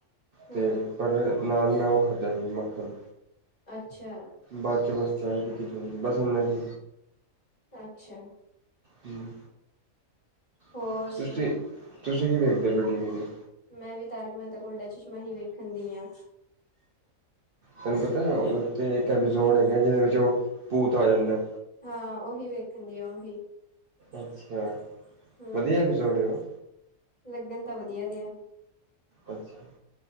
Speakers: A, on the left; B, on the right.
A: ਹੂੰ
B: ਤੇ ਪਰ ਨਾਲ ਮੈਂ ਓ ਖਾਧਾ ਸੀ ਮੱਖਣ।
A: ਅੱਛਾ।
B: ਬਾਦ 'ਚ ਬਸ ਚਾਏ ਪੀਤੀ ਥੋੜੀ ਜੀ। ਬਸ ਹੁੁਣ ਮੈਂ ਜ
A: ਅੱਛਾ।
B: ਹੂੰ
A: ਹੋਰ
B: ਹੋਰ-ਤੁਸੀਂ
A: ਸੁਣਾ
B: -ਤੁਸੀਂ ਕੀ ਵੇਖਦੇ ਪੇ ਓ ਟੀ ਵੀ ਤੇ।
A: ਮੈਂ ਵੀ ਤਾਰਿਕ ਮਹਿਤਾ ਕਾ ਉਲਟਾ ਚਸ਼ਮਾ ਈ ਵੇਖਣ ਦੀ ਆਂ।
B: ਤਾਨੂੰ ਪਤਾ ਓਦੇ ਉੱਤੇ ਇੱਕ ਐਪੀਸੋਡ ਹੈਗਾ, ਜਿਦੇ ਵਿੱਚ ਓ ਭੂਤ ਆ ਜਾਂਦਾ।
A: ਹਾਂ ਓਹੀ ਵੇਖਣ ਦੀ ਆ ਓਹੀ।
B: ਅੱਛਾ।
A: ਹਮ
B: ਵਧੀਆ ਐਪੀਸੋਡ ਏ ਉਹ
A: ਲੱਗਣ ਤਾਂ ਵਧੀਆ ਦਿਆ।
B: ਅੱਛਾ